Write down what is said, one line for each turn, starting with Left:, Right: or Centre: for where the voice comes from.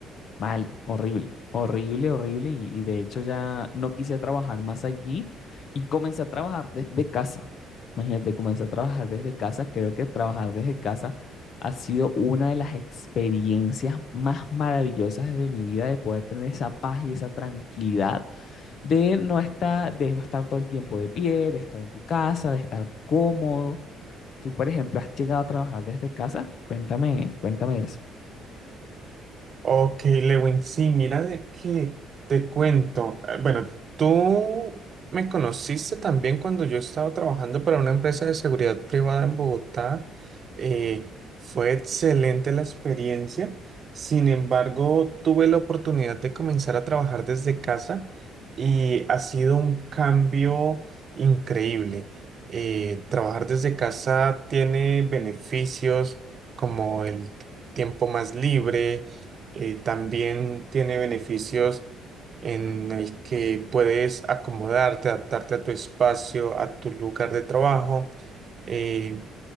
Left: Mal, horrible, horrible, horrible. Y, y de hecho ya no quise trabajar más allí y comencé a trabajar desde casa. Imagínate, comencé a trabajar desde casa. Creo que trabajar desde casa ha sido una de las experiencias más maravillosas de mi vida, de poder tener esa paz y esa tranquilidad de no estar, de no estar todo el tiempo de pie, de estar en tu casa, de estar cómodo. Tú, por ejemplo, has llegado a trabajar desde casa. Cuéntame, cuéntame eso.
Right: Ok, Lewin, sí, mira de qué te cuento. Eh, Bueno, tú me conociste también cuando yo estaba trabajando para una empresa de seguridad privada en Bogotá. Eh, fue excelente la experiencia. Sin embargo, tuve la oportunidad de comenzar a trabajar desde casa y ha sido un cambio increíble. Eh, trabajar desde casa tiene beneficios como el tiempo más libre eh, también tiene beneficios en el que puedes acomodarte, adaptarte a tu espacio, a tu lugar de trabajo. Eh,